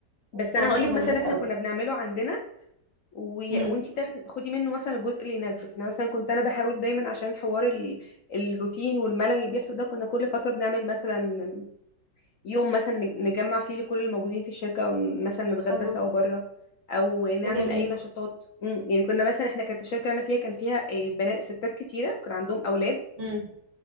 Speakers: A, on the left; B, on the right.
A: بس
B: بس
A: انا
B: أنا بكره
A: هقول لك مثلا
B: هندسة
A: احنا
B: أوي
A: كنا بنعمله عندنا وي...
B: امم
A: وانتي تاخدي خدي منه مثلا الجزء اللي يناسبك انا مثلا كنت انا بحاول دايما عشان حوار ال... الروتين والملل اللي بيحصل ده كنا كل فتره بنعمل مثلا يوم مثلا نج- نجمع فيه كل الموجودين في الشركه ومثلا نتغدى
B: حلو
A: سوا بره او نعمل
B: ده جميل
A: اي نشاطات مم. يعني كنا مثلا احنا كانت الشركه اللي انا فيها كان فيها آه، بنات ستات كتيره وكان عندهم اولاد
B: امم